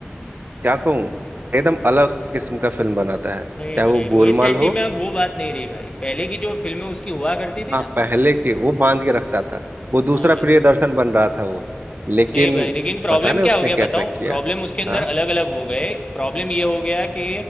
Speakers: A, on the right; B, on the left.
A: क्या कहूँ एकदम अलग किस्म का फिल्म बनाता है
B: नहीं
A: चाहे
B: भाई
A: वो
B: रोहित
A: गोलमाल
B: शेट्टी
A: हो
B: में अब वो बात नहीं रही भाई पहले की जो फिल्में उसकी हुआ करती थी
A: हाँ
B: ना
A: पहले के वो बांध के रखता था वो दूसरा
B: हाँ भाई
A: प्रियदर्शन बन रहा था वो लेकिन
B: नहीं भाई लेकिन प्रॉब्लम
A: पता नहीं
B: क्या
A: उसने
B: हो गया
A: क्या
B: बताऊं
A: ट्रैक किया
B: प्रॉब्लम उसके अंदर
A: हाँ
B: अलग अलग हो गए प्रॉब्लम ये हो गया कि